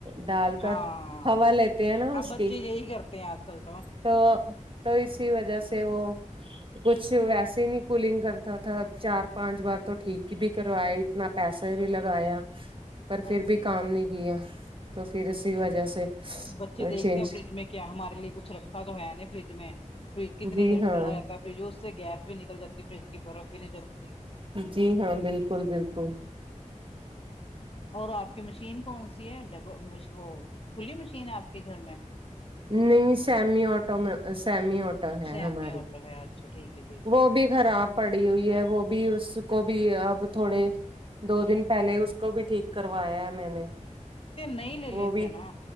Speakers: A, on the right; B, on the left.
A: ڈال کر
B: ہاں
A: ہوا لیتے ہیں نا اس
B: اب بچے
A: کی
B: یہی کرتے ہیں آج کل
A: تو تو اسی وجہ سے وہ کچھ ویسے ہی نہیں کولنگ کرتا تھا چار پانچ بار تو ٹھیک ہی بھی کروائے اتنا پیسہ بھی لگایا پر
B: ہاں
A: پھر بھی
B: جی
A: کام نہیں کیا تو پھر اسی وجہ سے
B: بچے دیکھتے
A: چینج
B: ہیں فریج میں کیا ہمارے لیے کچھ رکھا تو ہے فریج میں فریج کتنی
A: جی
B: دیر
A: ہاں
B: کھللاا رہتا ہے فریج اس سے گیس بھی نکل جاتی ہے فریج کی برف بھی نہیں جلتی
A: جی ہاں بالکل بالکل
B: اور آپ کی مشین کون سی ہےب وہ فلی مشین ہے آپ کے گھر میں
A: نہیں سیمی آٹو میں سیمی آٹو ہے
B: سیمی
A: ہماری
B: آٹو ہے اچھا ٹھیک ہے جی
A: وہ بھی خراب پڑی ہوئی ہے وہ بھی اس کو بھی اب تھوڑے دو دن پہلے ہی اس کو بھی ٹھیک کروایا ہے میں نے
B: نہیں لے لیتے
A: وہ بھی
B: نا